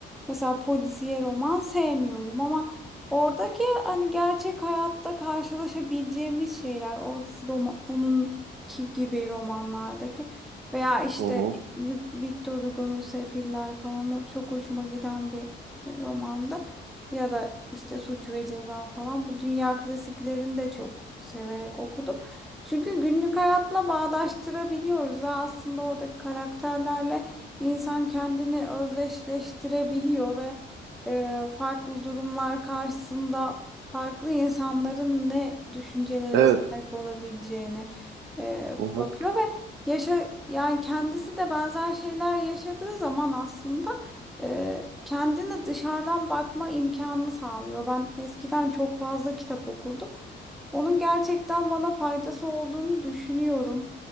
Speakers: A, in the centre; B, on the right.
A: Mesela polisiye roman sevmiyorum ama oradaki hani gerçek hayatta karşılaşabileceğimiz şeyler or roman, onunki gibi romanlardaki veya işte
B: Hı hı.
A: Victor Hugo'nun Sefiller falan o çok hoşuma giden bir e, romandı ya da işte Suç ve Ceza falan bu dünya klasiklerini de çok severek okudum. Çünkü günlük hayatla bağdaştırabiliyoruz ve aslında oradaki karakterlerle insan kendini özdeşleştirebiliyor ve e, farklı durumlar karşısında farklı insanların ne düşüncelere
B: Evet.
A: sahip olabileceğini e,
B: Hı hı.
A: bakıyor ve yaşa yani kendisi de benzer şeyler yaşadığı zaman aslında e, kendine dışarıdan bakma imkanını sağlıyor. Ben eskiden çok fazla kitap okurdum. Onun gerçekten bana faydası olduğunu düşünüyorum.